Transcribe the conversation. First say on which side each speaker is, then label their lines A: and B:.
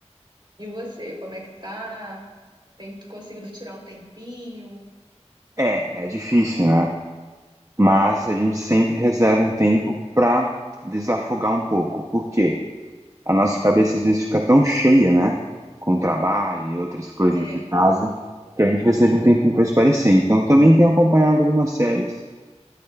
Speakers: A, on the right; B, on the right.
A: E você, como é que tá? Tem conseguido tirar um tempinho?
B: é, é difícil, né? Mas a gente sempre reserva um tempo pra desafogar um pouco. Por quê? A nossa cabeça às vezes fica tão cheia, né? Com trabalho e outras coisas
A: É,
B: de casa, que a gente precisa de um tempinho pra espairecer. Então, eu também tenho acompanhado algumas séries.